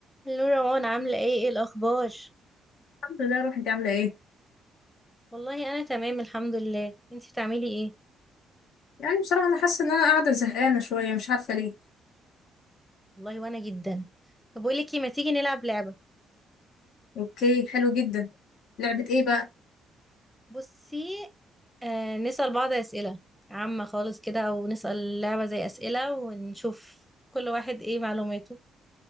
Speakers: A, in the centre; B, on the left.
A: هلو روان عاملة ايه ايه الأخبار؟
B: الحمد لله روح انت عامله ايه
A: والله أنا تمام الحمد لله انتي بتعملي ايه؟
B: يعني بصراحه انا حاسه ان انا قاعده زهقانه شويه مش عارفه ليه
A: والله وأنا جدا طب بقولك ايه ما تيجي نلعب لعبة
B: اوكي حلو جدا لعبه ايه بقى
A: بصي آه نسأل بعض أسئلة عامة خالص كده أو نسأل لعبة زي أسئلة ونشوف كل واحد ايه معلوماته